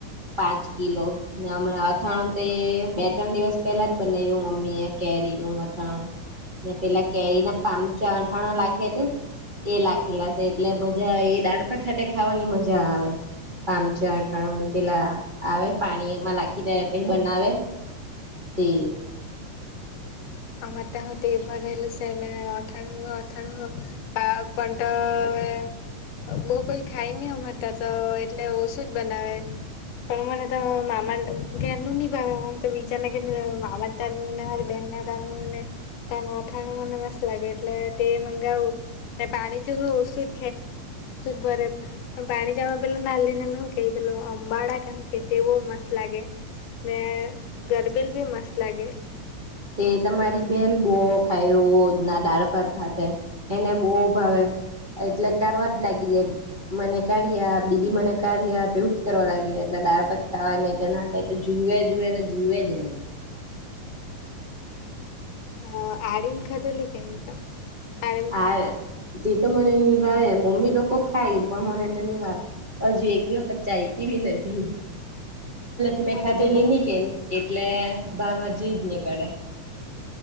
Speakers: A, on the right; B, on the left.
A: પાંચ કિલો. ના, હમણાં અથાણું તે બે ત્રણ દિવસ પહેલા જ બનાવ્યું. મમ્મીએ કેરીનુ અથાણું ને પેલા કેરી ના પામચ અથાણું નાખે તે એ લખેલા છે એટલે મજા આવે એ દાળ-ભાત સાથે ખાવાની મજા. મજા આવે પામચ અથાણું. એમા પેલા આવે પાણીમાં નાખીને આવે તે.
B: આમ તે એ ભરેલું સે, એને અથાણું અથાણું તો તો હવે. બહુ કોઈ ખાઈ નહીં, અમારતા તો એટલે ઓછું જ બનાવે. પણ મને તો મામાનું ઘેરનુ ની ભાવે અને બીજાના ઘરનું ભાવે મામાતા નું નહીં. તાનું મને, તાનું અથાણું મને મસ્ત લાગે એટલે તે મંગાવું ને પાણી ચુંહુ. <unintelligible> પણ પાણી જવાનું પેલું નાનલુ નાનલુ હું કહે, પેલું અંબાડા કે હું? કે તે બહુ મસ્ત લાગે ને ગરબેલ બી મસ્ત લાગે.
A: એ તમારી બેન બો ખાઈ રોજ દાળ ભાત હાથે, એને બો ભાવે. એટલે કાઢવાજ લાગી જાય મને કાઢી આપ, દીદી મને કાઢી આપ, એવું જ કરવા લાગી જાય. દાળ ભાત ખાવા ને તેના હાથે તો જુએ જુએ ને જુવે જ એને.
B: હા, આડિંગ ખાધેલી છે મેં તો આડીમ
A: આ તે તો મને ની ભાવે, મમ્મી લોકો ખાય એ પણ મને તો ની ભાવે. હજુ એક બી વખત ચાયખી બી નથી <unintelligible> <unintelligible> મેં
B: મને
A: ખાધેલી
B: તો બહુ
A: ની કે, એટલે ભાવે જી ની કાઢે.